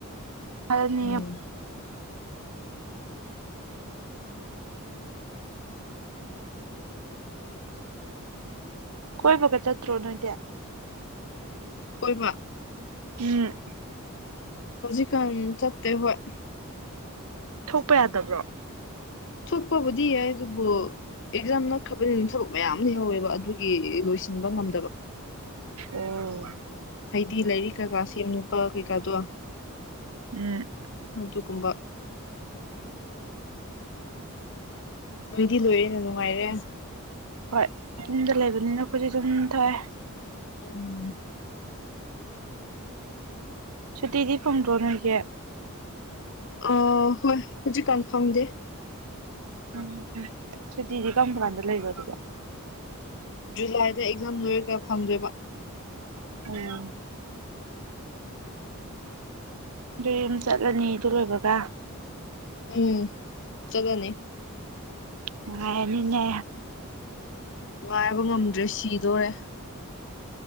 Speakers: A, on the right; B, on the left.
A: ꯑꯗꯅꯤ
B: ꯎꯝ
A: ꯀꯣꯏ ꯐꯒꯠ ꯆꯠꯇ꯭ꯔꯣ ꯅꯣꯏꯗ
B: ꯑꯣꯏꯣꯏꯃ
A: ꯎꯝ
B: ꯍꯧꯖꯤꯛꯀꯥꯟ ꯆꯠꯇꯦ ꯍꯣꯏ
A: ꯊꯣꯛꯄ ꯌꯥꯗꯕ꯭ꯔꯣ
B: ꯊꯣꯛꯄꯕꯨꯗꯤ ꯌꯥꯏ ꯑꯗꯨꯕꯨ ꯑꯦꯛꯖꯥꯝ ꯅꯈ꯭ꯔꯕꯅꯤꯅ ꯊꯕꯛ ꯃꯌꯥꯝ ꯂꯩꯍꯧꯋꯦꯕ ꯑꯗꯨꯒꯤ ꯂꯣꯏꯁꯤꯟꯕ ꯉꯝꯗꯕ
A: ꯑꯣ
B: ꯍꯥꯏꯗꯤ ꯂꯥꯏꯔꯤꯛ ꯀꯥꯀꯥ ꯁꯦꯝ ꯅꯨꯄꯥ ꯀꯩꯀꯥꯗꯣ
A: ꯎꯝ
B: ꯑꯗꯨꯒꯨꯝꯕ ꯅꯣꯏꯗꯤ ꯂꯣꯏꯔꯦꯅ ꯅꯨꯡꯉꯥꯏꯔꯦ
A: ꯍꯣꯏ ꯌꯨꯝꯗ ꯂꯩꯕꯅꯤꯅ ꯑꯩꯈꯣꯏꯗꯤ ꯑꯗꯨꯝ ꯊꯣꯛꯑꯦ
B: ꯎꯝ
A: ꯁꯨꯇꯤꯗꯤ ꯐꯪꯗ꯭ꯔꯣ ꯅꯣꯏꯒꯤ
B: ꯑ ꯍꯣꯏ ꯍꯧꯖꯤꯛ ꯀꯥꯟ ꯐꯪꯗꯦ
A: ꯎꯝ ꯁꯨꯇꯤꯗꯤ ꯀꯔꯝ ꯀꯥꯟꯗ ꯂꯩꯕ ꯑꯗꯨꯒ
B: ꯖꯨꯂꯥꯏꯗ ꯑꯦꯛꯖꯥꯝ ꯂꯣꯏꯔꯒ ꯐꯪꯗꯣꯏꯕ
A: ꯎꯝ ꯑꯗꯨꯗꯤ ꯌꯨꯝ ꯆꯠꯂꯅꯤ ꯑꯗꯨ ꯂꯣꯏꯕꯒ
B: ꯎꯝ ꯆꯠꯂꯅꯤ
A: ꯅꯨꯉꯥꯏꯔꯅꯤꯅꯦ
B: ꯉꯥꯏꯕ ꯉꯝꯗ꯭ꯔꯦ ꯁꯤꯗꯣꯔꯦ